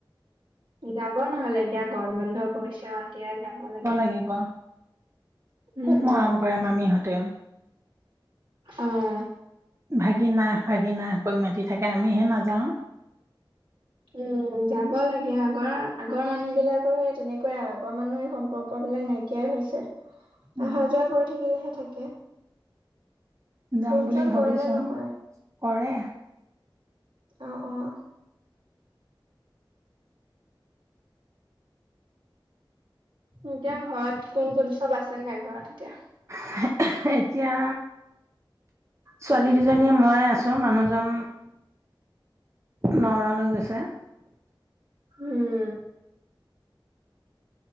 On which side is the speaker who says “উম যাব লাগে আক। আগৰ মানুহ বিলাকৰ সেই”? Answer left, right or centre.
Right